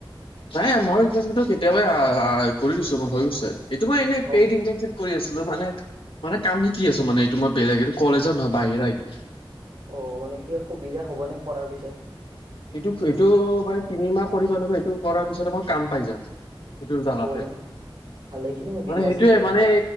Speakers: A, on the left (about 75°); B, on the right (about 75°).
A: নাই, মই ইণ্টাৰ্নশ্বিপটো কেতিয়াবাই কৰি দিছো, মোৰ হৈ গৈছে। এইটো মই এনে
B: অহ
A: পেইড ইণ্টাৰ্নশ্বিপ কৰি আছিলো মানে মানে কাম শিকি আছো। মানে এইটো মই বেলেগ এইটো কলেজৰ নহয়, বাহিৰা এইটো।
B: অ মানে কিবা অসুবিধা হ'বনে কৰাৰ পিছত?
A: এইটো এইটো মানে তিনিমাহ কৰিব লাগিব। এইটো কৰাৰ পিছতে মই কাম পাই যাম। সেইটো জাগাতে,
B: অ মানে ভালেখিনি সুবিধা
A: মানে সেইটোৱে
B: আছে তেনেহ'লে।
A: মানে